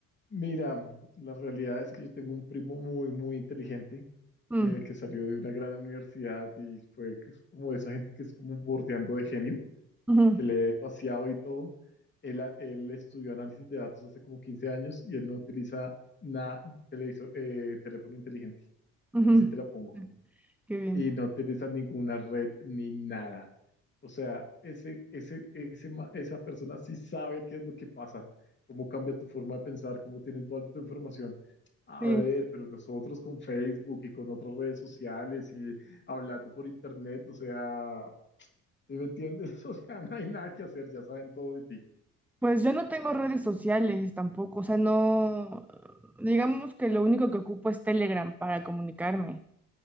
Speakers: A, on the left; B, in the centre.
A: Mira, la realidad es que yo tengo un primo muy, muy inteligente
B: Mm,
A: eh, que salió de una gran universidad y fue que es como esa gente que es como bordeando de genio,
B: ujú,
A: que lee vaciado y todo. Él, a- él estudió análisis de datos hace como 15 años y él no utiliza nada, televisor, eh, teléfono inteligente.
B: ujú.
A: Así te la pongo.
B: Qué bien.
A: y no utilizan ninguna red ni nada. O sea, ese, ese, ese, ma- esa persona sí sabe qué es lo que pasa, cómo cambia tu forma de pensar, cómo tienen toda tu información. A
B: Sí,
A: ver, pero nosotros con Facebook y con otras redes sociales y hablando por internet, o sea, ¿sí me entiendes? <laughs> O sea, no hay nada que hacer, ya saben todo de ti.
B: pues yo no tengo redes sociales tampoco, o sea, no, digamos que lo único que ocupo es Telegram para comunicarme.